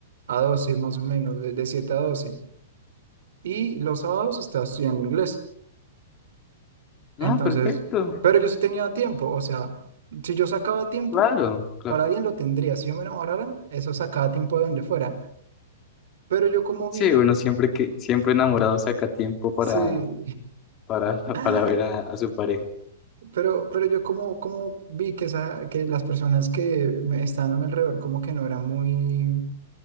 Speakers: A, on the right; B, on the left.
A: a 12 más o menos, de, de 7 a doce Y los sábados estaba estudiando inglés. Entonces,
B: Ah, perfecto.
A: pero yo sí tenía tiempo, o sea, si yo sacaba tiempo,
B: Claro, claro.
A: para alguien lo tendría. Si yo me enamorara, eso sacaba tiempo de donde fuera. Pero yo como
B: Sí,
A: vi,
B: bueno, siempre que, siempre enamorado saca tiempo para,
A: sí,
B: para, <laughs>
A: <laughs>
B: para ver a, a su pareja.
A: pero, pero yo como, como vi que, esa, que las personas que me estaban a mi alrededor como que no eran muy...